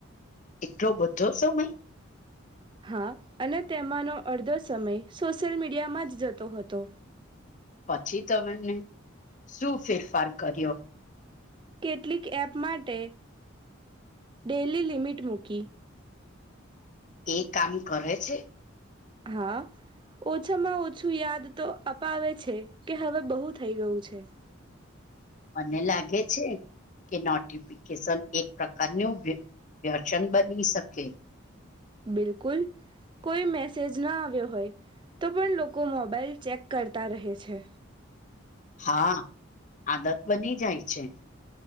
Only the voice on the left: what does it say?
એટલો બધો સમય.
પછી તમેને શું ફેરફાર કર્યો.
એ કામ કરે છે.
મને લાગે છે કે નોટિફિકેશન એક પ્રકારનું વ્યસન બની શકે.
હા આદત બની જાય છે.